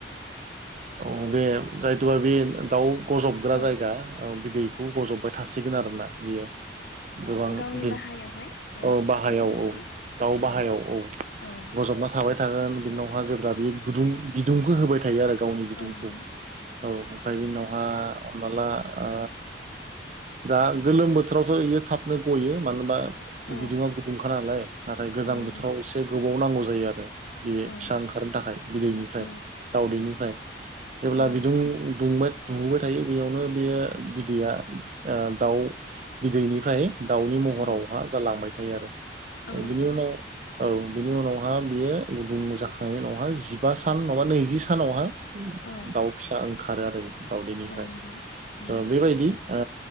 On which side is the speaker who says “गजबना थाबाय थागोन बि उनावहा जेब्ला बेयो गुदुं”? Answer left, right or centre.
Right